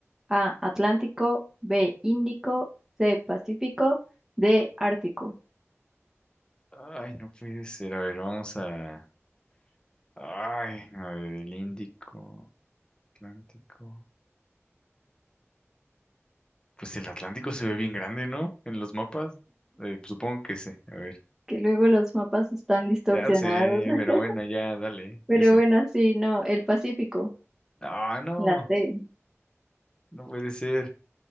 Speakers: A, in the centre; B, on the left.
A: A, Atlántico, B, Índico, C, Pacífico, D, Ártico.
B: Ay, no puede ser. A ver, vamos a... Ay, a ver, el Índico, Atlántico. Pues el Atlántico se ve bien grande, ¿no? En los mapas. Eh, supongo que sí. A ver.
A: Que luego los mapas están distorsionados.
B: Ya sé,
A: <laughs>
B: pero bueno, ya dale,
A: Pero
B: ese.
A: bueno, sí, no, el Pacífico,
B: Ah, no,
A: la C.
B: no puede ser.